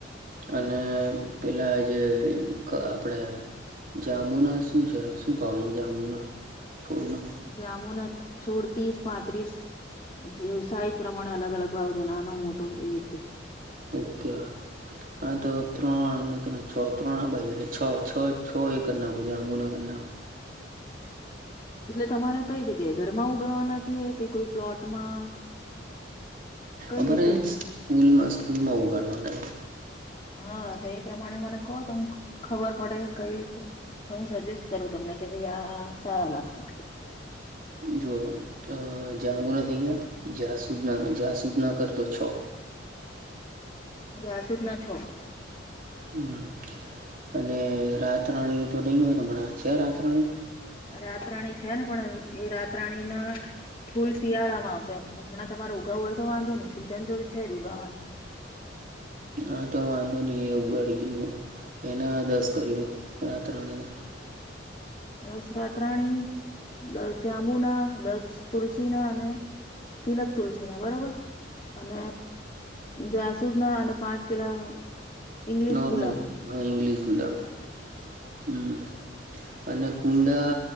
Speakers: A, on the right; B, on the left.
A: અને પેલા <unintelligible> આપડે. જાંબુના શું છે, શું ભાવે છે, જાંબુના છોડનો.
B: જામુન છોડ <unintelligible> પાંત્રીસ. જે સાઈજ પ્રમાણે અલગ અલગ ભાવ છે, નાનો મોટો એવી રીતે.
A: ઓકે. હા તો ત્રણ ત્રણ છ ત્રણ આ બાજુ એટલે છ છ છ એ કરી નાખોજ આંબુ ના કરી નાખો.
B: એટલે તમારે કઈ જગ્યાએ ઘરમાં ઉગાવાના છે કે કોઈ પ્લોટમાં. કઈ
A: અમારે
B: રીતે
A: સ્કૂલમાં સ્કૂલમાં ઉગાડવાના.
B: હા તો એ પ્રમાણે મને કહો તો ખબર પડે કઈ રીતે. તો હું સજેસ્ટ કરું તમને કે ભાઈ આ સારા લાગશે.
A: જો જાંબુ ના થઈ ગયા જાસૂદ ના જાસૂદ ના કરતો છ.
B: <unintelligible> છ
A: હમ અને રાતરાણી તો નહી હોય ને હમણાં છે, રાત રાણી.
B: રાત રાણી છે, ને પણ એ રાત રાણીના. ફૂલ શિયાળામાં આવશે હમણાં તમારે ઉગાવું હોય તો વાંધો નહી સીઝન જો છે, જ ઉગાવાની.
A: હા તો વાંધો નહી એ ઉગાડી દઈએ એના દસ કરી દો રાત્ર રાણીના.
B: દસ રાત્રાણી દસ <unintelligible> દસ તુલસીના અને. તિલક તુલસી ના બરોબર અને. જા સુુદ ના અને પાંચ પેલા ઈંગ્લિશ
A: નોર્મલ
B: ગુલાબ
A: ઇંગ્લિશ ગુલાબ હમ અને કુંડા